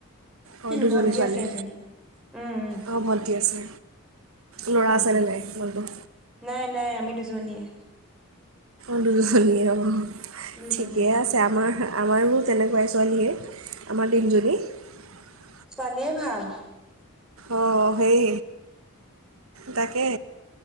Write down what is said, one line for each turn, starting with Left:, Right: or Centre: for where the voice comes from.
Right: অঁ দুজনী
Centre: ভন্টি
Right: ছোৱালী
Centre: আছে এজনী উম উম
Right: অঁ ভণ্টি আছে ল'ৰা
Centre: ভন্টি
Right: আছেনে নাই তোমালোকৰ
Centre: নাই নাই আমি দুজনীয়ে।
Right: <inaudible> ঠিকে আছে
Centre: দুজনীয়ে
Right: আমাৰ আমাৰো তেনেকুৱাই ছোৱালীয়ে, আমাৰ তিনিজনী।
Centre: ছোৱালীয়ে ভাল।
Right: অ সেই তাকে